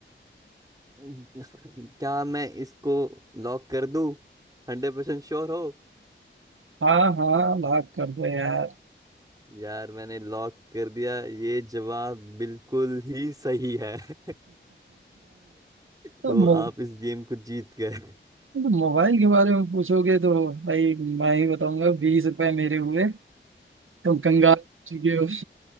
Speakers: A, on the right; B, on the right.
A: <laughs> क्या मैं इसको लॉक कर दूं हंड्रेड परसेंट श्योर हो
B: हाँ हाँ लाख कर दो यार <laughs>
A: यार मैंने लॉक कर दिया ये जवाब बिल्कुल ही सही है <laughs>
B: तो
A: तो
B: मो,
A: आप इस गेम को जीत गए
B: तो मोबाइल के बारे में पूछोगे तो भाई मैं ही बताऊंगा बीस रुपए मेरे हुए तुम कंगाल हो चुके हो